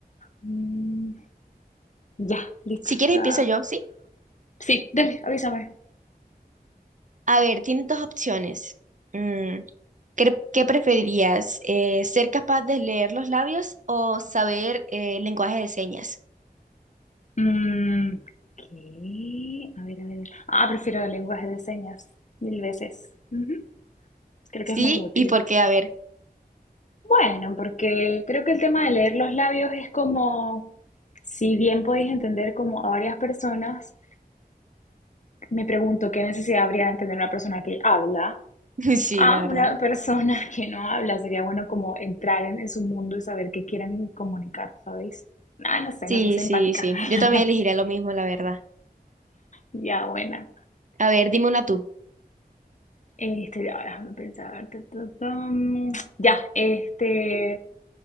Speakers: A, on the left (about 50°); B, on the right (about 50°).
A: Mm, ya, listo.
B: Si quieres
A: Está...
B: empiezo yo, ¿sí?
A: Sí, dale, avísame.
B: A ver, tienes dos opciones. Mm, ¿qué, qué preferirías? Eh, ¿ser capaz de leer los labios o saber eh, lenguaje de señas?
A: Mm, ¿qué? A ver, a ver. a ver. Ah, prefiero el lenguaje de señas mil veces. Ujú. Creo
B: Sí,
A: que es más útil.
B: ¿y por qué? A ver,
A: Bueno, porque creo que el tema de leer los labios es como, si bien podéis entender como a varias personas, me pregunto qué necesidad habría de entender una persona que habla
B: <laughs> sí,
A: a
B: la verdad.
A: una persona <laughs> que no habla. Sería bueno como entrar en, en su mundo y saber qué quieren comunicar, ¿sabéis? Ah, no sé,
B: Sí,
A: me puse
B: sí,
A: empática.
B: sí.
A: <laughs>
B: Yo también elegiría lo mismo, la verdad.
A: Ya, buena.
B: A ver, dime una tú.
A: Este, ya, déjame pensar. ta, ta, tam. Ya, este,